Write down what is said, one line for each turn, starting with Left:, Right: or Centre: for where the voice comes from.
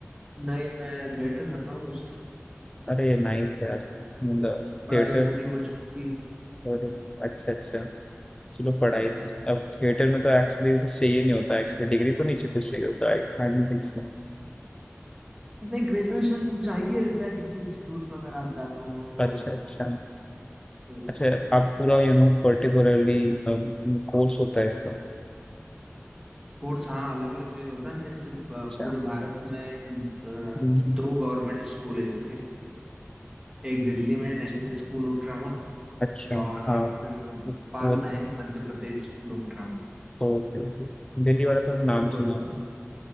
Right: नहीं मैं थिएटर कर रहा हूँ उस-
Left: अरे नाइस यार मतलब
Right: पढ़ाई
Left: थिएटर
Right: पूरी हो चुकी है
Left: और अच्छा अच्छा चलो पढ़ाई
Right: हाँ
Left: तो- अब थिएटर में तो एक्चुअली चाहिए नहीं होता एक्चुअली डिग्री तो नीचे कुछ चाहिए होता I I don't think so
Right: नहीं ग्रेजुएशन चाहिए रहता है किसी इंस्टीट्यूट में अगर आप जाते हो
Left: अच्छा अच्छा
Right: तो
Left: अच्छा आप पूरा यू नो पर्टिकुलरली कोर्स होता है इसका
Right: कोर्स हाँ अलग अलग जगह होता है ना जैसे अ,
Left: अच्छा
Right: पूरे भारत में अ,
Left: हम्म,
Right: दो गवर्नमेंट स्कूल है इसके एक दिल्ली में है नेशनल स्कूल ऑफ ड्रामा
Left: अच्छा
Right: और
Left: हाँ
Right: एक अ, भोपाल
Left: वो
Right: में
Left: तो
Right: है Madhya Pradesh school of drama
Left: Okay okay दिल्ली वाला तो नाम
Right: तो दो,
Left: सुना हुआ है।